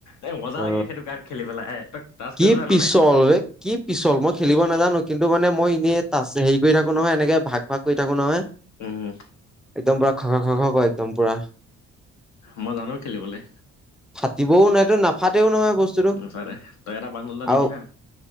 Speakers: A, on the left; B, in the centre.
A: এ মজা
B: অ
A: লাগে সেইটো কাৰ্ড খেলি পেলাই এ তই তাছ
B: কি
A: খেলিব জানোঁ
B: পিছল
A: নে নাই।
B: বে কি পিছল, মই খেলিব নাজানোঁ কিন্তু মানে মই এনেই তাজ হেৰি কৰি থাকো নহয় এনেকে ভাগ ভাগ কৰি থাকো নহয়।
A: উম।
B: একদম পুৰা খ, খ, খ, খ কৰে একদম পুৰা।
A: মই জানো খেলিবলৈ।
B: ফাটিবও <unintelligible> নাফাতেও নহয় বস্তুটো
A: মুঠতে তই এটা বান্দোল এটা দিবি
B: আৰু।
A: হা।